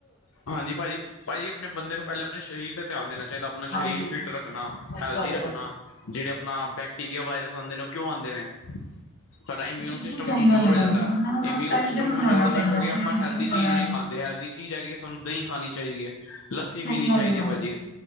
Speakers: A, on the left; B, on the left.
A: ਹਾਂਜੀ ਪਾਜੀ-ਪਾਜੀ ਆਪਣੇ ਬੰਦੇ ਨੂੰ ਪੈਲਾਂ ਆਪਣੇ ਸਰੀਰ ਤੇ ਧਿਆਨ ਦੇਣਾ ਚਾਈਦਾ ਆਪਣਾ
B: ਹਾਂਜੀ
A: ਸਰੀਰ ਫਿਰ ਰੱਖਣਾ
B: ਸਹੀ
A: ਹੈਲਦੀ
B: ਗੱਲ
A: ਰੱਖਣਾ
B: ਹੈ ਭਾਜੀ
A: ਜੇੜੇ ਆਪਣਾ ਬੈਕਟੀਰੀਆ ਵਾਇਰਸ ਆਂਦੇ ਨੇ ਓ ਕਿਉ ਆਂਦੇ ਨੇ। ਸਾਡਾ ਇਮਿਊਨ
B: ਬਿਲਕੁਲ
A: ਸਿਸਟਮ
B: ਸਹੀ
A: ਕਮਜ਼ੋਰ
B: ਗੱਲ ਹੈ
A: ਹੋ
B: ਭਾਜੀ
A: ਜਾਂਦਾ
B: ਬੰਦੇ ਨੂੰ ਮਤਲਬ
A: ਇਮਿਊਨ
B: ਟਾਈਮ
A: ਸਿਸਟਮ
B: ਟੇਬਲ
A: ਕਮਜ਼ੋਰ
B: ਬਣਾਉਣਾ
A: ਹੁੰਦਾ
B: ਚਾਹੀਦਾ
A: ਕਿਉਂਕਿ
B: ਸਵੇਰੇ
A: ਆਪਾਂ ਹੈਲਦੀ
B: ਜਿਮ
A: ਚੀਜ਼
B: ਜਾਣਾ
A: ਨਈ
B: ਹੈ
A: ਖਾਂਦੇ ਹੈਲਦੀ ਚੀਜ਼ ਹੈਗੀ ਹੈ ਸਾਨੂੰ ਦਈ ਖਾਣੀ ਚਾਈਦੀ ਏ ਲੱਸੀ
B: ਸਹੀ
A: ਪੀਣੀ
B: ਗੱਲ
A: ਚਾਈਦੀ
B: ਹੈ
A: ਏ ਭਾਜੀ।